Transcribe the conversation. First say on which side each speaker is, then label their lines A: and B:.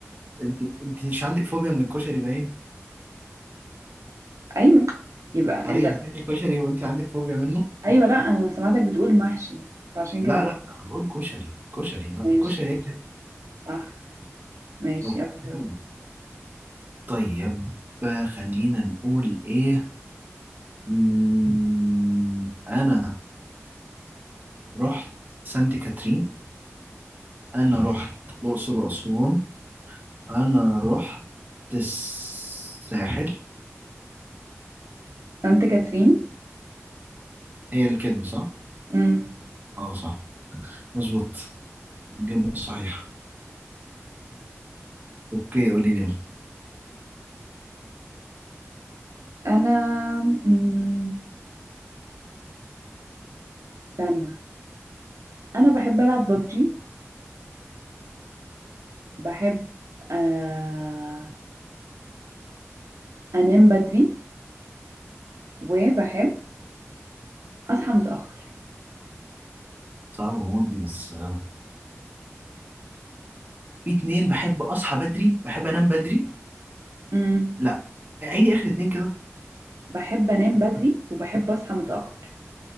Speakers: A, on the right; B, on the right.
A: أنت أنت مش عندك فوبيا من الكشري باين؟
B: ايوه يبقى
A: طيب
B: انت
A: هتاكلي كشري وأنت عندك فوبيا منه؟
B: ايوه لا انا سمعتك بتقول محشي فعشان
A: لا
B: كده بقول
A: لا
B: لك
A: هقول
B: إيه.
A: كشري كشري لا
B: ماشي
A: كشري
B: صح ماشي
A: هيك
B: يلا دور
A: طيب آه، خلينا نقول ايه مم، انا رحت سانت كاترين انا رحت الاقصر واسوان انا رحت الساحل
B: انت كاترين
A: هي الكذب صح
B: امم
A: اه صح مظبوط الإجابة صحيحة اوكي قولي لي يلا
B: انا أمم، استنى انا بحب العب ببجي وبحب آه أنام بدري وبحب أصحى متأخر
A: صعبة موت دي بس آه، في اتنين بحب اصحى بدري بحب انام بدري
B: مم.
A: لا عيدي اخر اتنين كده
B: بحب أنام بدري وبحب أصحى متأخر